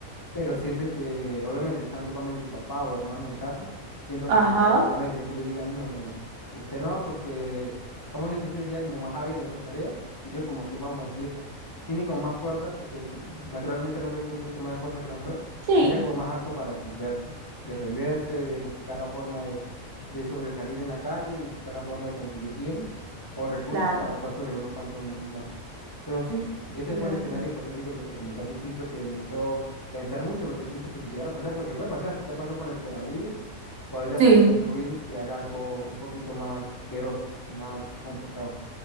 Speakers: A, on the left; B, on the right.
A: Pero sientes que, obviamente, estando, vamos a decir, su papá o hermanos en casa, siento que
B: Ajá.
A: sería una decisión que yo diga, no, no, no, usted no, porque, vamos a decir, usted sería como más hábil en otras tareas, y yo como son, vamos a decir, tiene como más fuerza, porque sí, naturalmente el hombre tiene un poquito más de fuerza que la mujer,
B: Sí,
A: tendría como más apto para defenderse, defenderse, de buscar la forma de, de sobresalir en la calle y buscar la forma de conseguir bienes o recursos
B: claro,
A: para poder sobrevivir unos cuantos meses más. Pero sí, ese
B: claro.
A: fue el escenario hipotético que te comenté al principio que me hizo pensar mucho, porque siento que si llegara a pasar, porque puede pasar, ya pasó con el coronavirus, podría
B: Sí,
A: pasar con otro virus que haga algo un poquito más veros, más complicado.